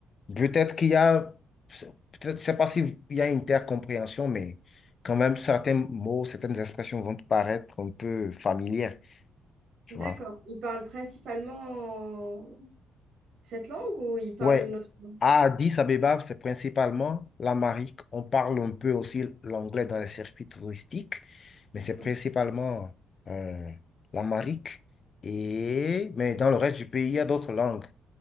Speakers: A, on the left (about 45°); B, on the right (about 70°).
A: Peut-être qu'il y a, c'est- peut-être, je sais pas s'il y a une intercompréhension, mais quand même certains mots, certaines expressions vont te paraître un peu familières, tu
B: d'accord.
A: vois.
B: Ils parlent principalement cette langue ou ils parlent
A: Ouais,
B: une autre langue
A: à Addis Abeba, c'est principalement l'amharique. On parle un peu aussi l'anglais dans les circuits touristiques, mais c'est
B: encore
A: principalement euh, l'amharique. Et... Mais dans le reste du pays, il y a d'autres langues.